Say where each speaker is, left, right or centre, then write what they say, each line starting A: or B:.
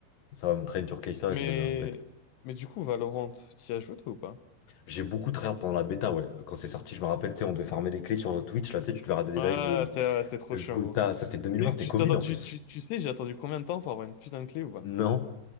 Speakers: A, on the left; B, on the left.
A: ça va me traîner sur Kai'Sa
B: mais
A: et je vais devenir une bête.
B: mais du coup, Valorant, t'y as joué toi ou pas?
A: J'ai beaucoup tryhard pendant la bêta, ouais. Quand c'est sorti, je me rappelle, tu sais, on devait farmer les clés sur Twitch. Là, tu sais, tu devais regarder
B: Ouais,
A: des lives de,
B: c'était ouais, c'était trop
A: de
B: chiant,
A: Gotha.
B: gros.
A: Ça, c'était 2020,
B: Et
A: c'était
B: Tu,
A: Covid
B: t'attends-
A: en
B: tu,
A: plus.
B: tu, tu sais, j'ai attendu combien de temps pour avoir une putain de clé ou pas?
A: Non?